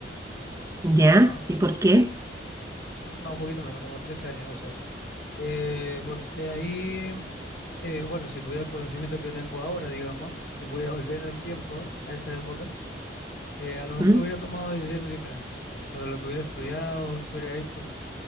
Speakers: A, on the right; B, on the left.
A: ya,
B: Ah,
A: ¿y por qué?
B: No, un poquito menos, como 13 años, 12 años. Eh, porque ahí, eh, bueno, si tuviera el conocimiento que tengo ahora, digamos, y pudiera volver en el tiempo a esa época, eh, a lo mejor
A: ¿Mm?
B: hubiera tomado decisiones diferentes sobre lo que hubiera estudiado, qué hubiera hecho,